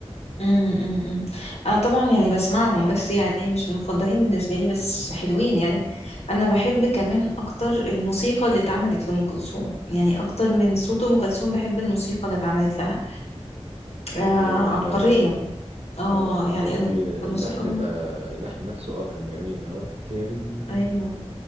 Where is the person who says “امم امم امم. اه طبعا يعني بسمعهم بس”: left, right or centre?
Left